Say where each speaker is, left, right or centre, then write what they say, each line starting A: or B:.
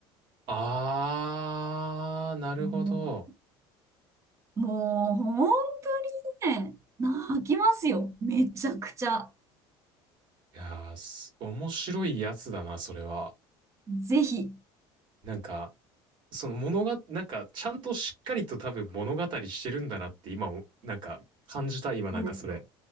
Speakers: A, on the right; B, on the right.
A: ああ、なるほど。
B: もう、もう本当にね、泣きますよ。めちゃくちゃ。
A: いやー、す面白いやつだな、それは。
B: ぜひ。
A: なんか、その物が、なんか、ちゃんとしっかりと多分物語してるんだなって今お、なんか、感じた、今なんかそれ。
B: そうですよ。